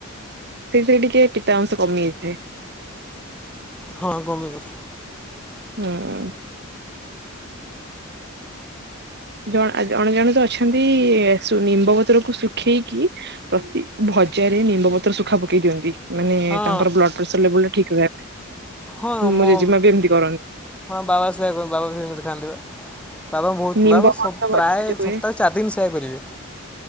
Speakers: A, on the right; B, in the centre.
A: ସେଇଥିରେ ଟିକେ ପିତା ଅଂଶ କମି ଯାଇଥାଏ।
B: ହଁ କମିବ।
A: ହଁ ଆଉ ଜଣ ଜଣେ ଜଣେ ତ ଅଛନ୍ତି, ନିମ୍ବ ପତ୍ରକୁ ଶୁଖେଇକି ପ୍ରତି ଚେରି ନିମ୍ବପତ୍ର ଶୁଖା ପକେଇ ଦିଅନ୍ତି। ମାନେ
B: ହଁ
A: ତାଙ୍କର ବ୍ଲଡ ପ୍ରେସର ଲେବୁଲ ଟା ଠିକ୍ ରୁହେ।
B: ହଁ ମୋ
A: ମମ୍ ଜିମା ବି ଏମିତି କରନ୍ତି।
B: ହଁ ବାବା ସାହେବ୍ ବାବା <unintelligible> ଖାନ୍ତି ବା ବାବା ବହୁତ
A: ନିମ୍ବ
B: ବାବା
A: ପତ୍ର ଭଜା
B: ପ୍ରାୟ
A: ଯୋଉ ହୁଏ
B: ସପ୍ତାହ ଚାରି ଦିନ ସେୟା କରିବେ।